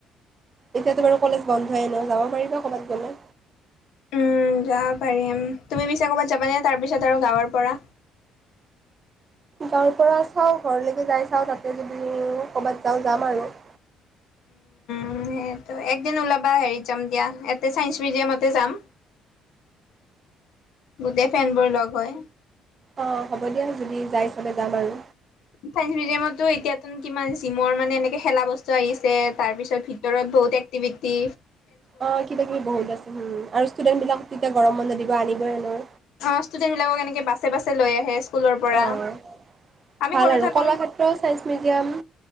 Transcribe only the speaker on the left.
উম যাব পাৰিম তুমি পিছে ক'বাত যাবানে তাৰ পিছত আৰু গাঁৱৰ পৰা।
উ সেইটো একদিন ওলাবা হেৰিত যাম দিয়া ইয়াতে চাইন্স মিউজিয়ামতে যাম। গোটেই ফেনবোৰ লগ হয়।
চাইন্স মিউজিয়ামতো এতিয়াাত কিমান জিমৰ মানে এনেকে খেলা বস্তুি আহিছে তাৰ পিছত ভিতৰত বহুতে এক্তিভিতি
অ ষ্টুডেণ্টবিলাকক এনেকে বাছে বাছে লৈ আহে স্কুলৰ পৰা।
আমি
সৰু
থাকোন